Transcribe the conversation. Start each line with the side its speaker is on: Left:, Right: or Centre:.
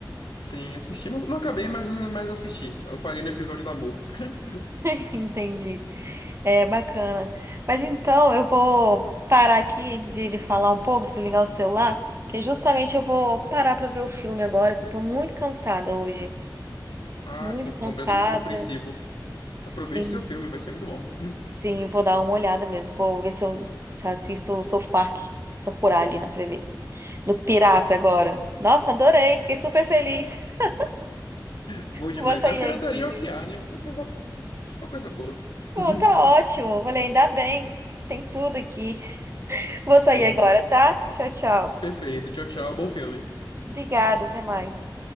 Left: Sim, assisti. Não, não acabei, mas, eh, mas assisti. Eu parei no episódio da mosca. <laughs>
Right: <laughs> Entendi. É bacana. Mas então, eu vou parar aqui de, de falar um pouco, desligar o celular, que justamente eu vou parar para ver o filme agora, que eu tô muito cansada hoje.
Left: Ah,
Right: Muito
Left: com- completamente
Right: cansada.
Left: compreensivo. Aproveite
Right: Sim,
Left: seu filme, vai ser muito bom. <laughs>
Right: sim, eu vou dar uma olhada mesmo. Vou ver se eu, se eu assisto o South Park, procurar ali na TV. No Pirata agora. Nossa, adorei. Fiquei super feliz. <laughs>
Left: Bom demais,
Right: Vou sair
Left: né? A pirataria
Right: aqui,
Left: é o
Right: viu?
Left: que há, né? Co- Coisa, só coisa boa.
Right: Pô,
Left: <laughs>
Right: tá ótimo. Falei, ainda bem. Tem tudo aqui. Vou
Left: Sim.
Right: sair agora, tá? Tchau, tchau.
Left: Perfeito. Tchau, tchau. Bom filme.
Right: Obrigada, até mais.